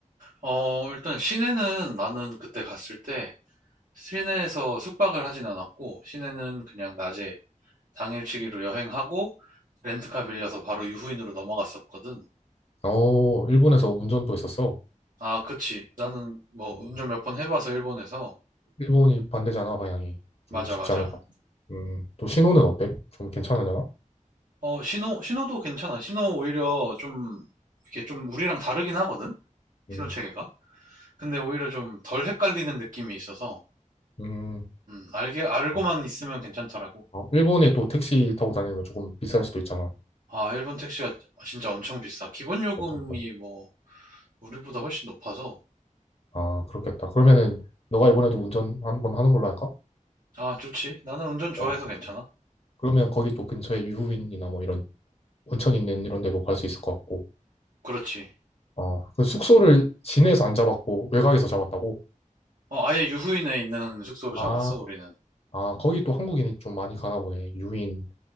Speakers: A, on the right; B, on the left.
A: 어, 일단 시내는 나는 그때 갔을 때, 시내에서 숙박을 하진 않았고, 시내는 그냥 낮에 당일치기로 여행하고, 렌트카 빌려서 바로 유후인으로 넘어갔었거든.
B: 어, 일본에서 운전도 했었어.
A: 아, 그치. 나는 뭐
B: 어,
A: 운전 몇 번 해봐서 일본에서.
B: 일본이 반대잖아, 방향이. 좀
A: 맞아,
B: 쉽지
A: 맞아.
B: 않을 음, 또 신호는 어때? 좀 괜찮으려나?
A: 어, 신호, 신호도 괜찮아. 신호 오히려 좀, 이렇게 좀 우리랑 다르긴 하거든? 신호
B: 음,
A: 체계가. 근데 오히려 좀 덜 헷갈리는 느낌이 있어서,
B: 음,
A: 음, 알게, 알고만
B: 좋다.
A: 있으면 괜찮더라고.
B: 어, 일본에 또 택시 타고 다니면 조금 비쌀 수도 있잖아.
A: 아, 일본 택시가 진짜 엄청 비싸. 기본 요금이
B: 엄청
A: 뭐, 우리보다 훨씬 높아서,
B: 아, 그렇겠다. 그러면은 너가 이번에도 운전 한 번 하는 걸로 할까?
A: 아, 좋지. 나는 운전 좋아해서
B: 어, 좋지.
A: 괜찮아.
B: 그러면 거기 또 근처에 유후인이나 뭐 이런 온천 있는 이런 데도 갈 수 있을 것 같고.
A: 그렇지.
B: 어, 그 숙소를 시내에서 안 잡았고 외곽에서 잡았다고?
A: 어, 아예 유후인에 있는 숙소로
B: 아,
A: 잡았어, 우리는.
B: 아, 거기 또 한국인이 좀 많이 가나 보네. 유인